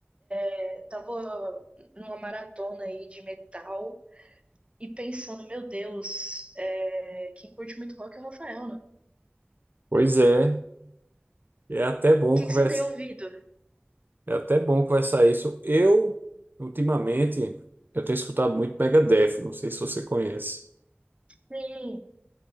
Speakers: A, on the right; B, on the right.
A: É, tava numa maratona aí de metal e pensando, meu Deus, é, quem curte muito rock é o Rafael, né? O
B: Pois é, é até bom
A: que
B: conversa,
A: que você tem ouvido?
B: é até bom conversar isso. Eu, ultimamente, eu tenho escutado muito Megadeth, não sei se você conhece.
A: Sim,